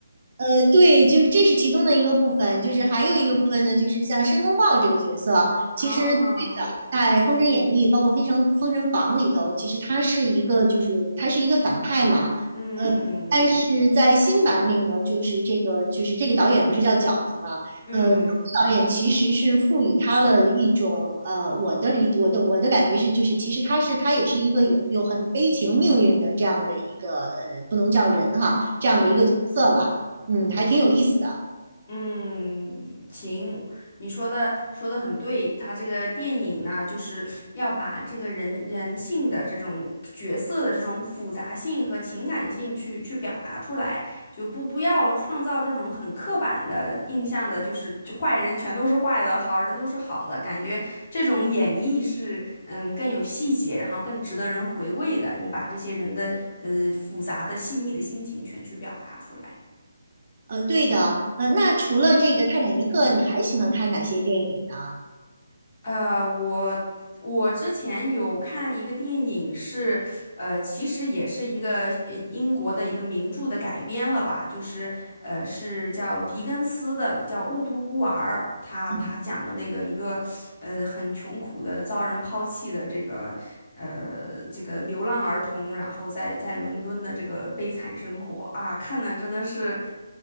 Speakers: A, on the right; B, on the left.
A: 呃，对，就是这是其中的一个部分，就是还有一个部分呢，就是像申公豹这个角色，
B: <laughs> 啊，
A: 其实最早在《封神演义》包括《封神封神榜》里头，其实他是一个就是他是一个反派嘛，
B: 嗯
A: 呃，但是在新版里呢，就是这个就是这个导演不是叫饺子嘛，
B: 嗯
A: 呃，导演其实是赋予他了一种呃，我的理我的我的感觉是，就是其实他是他也是一个有有很悲情命运的这样的一个呃，不能叫人哈，这样的一个角色了。
B: 嗯。
A: 嗯，还挺有意思的。
B: 嗯，行，你说的说的很对，他这个电影呢，就是要把这个人人性的这种角色的这种复杂性和情感性去去表达出来，就不不要创造这种很刻板的印象的，就是就坏人全都是坏的，好人都是好的，感觉这种演绎是嗯更有细节，然后更值得人回味的，你把这些人的呃复杂的细腻的心情全去表达出来。
A: 呃，对的，呃，那除了这个《泰坦尼克》，你还喜欢看哪些电影呢？
B: 呃，我我之前有看一个电影是，呃，其实也是一个呃英国的一个名著的改编了吧，就是呃是叫狄更斯的，叫《雾都孤儿》，他他讲的那个一个呃很穷苦的遭人抛弃的这个呃这个流浪儿童，
A: 嗯
B: 然后在在伦敦的这个悲惨生活啊，看的真的是。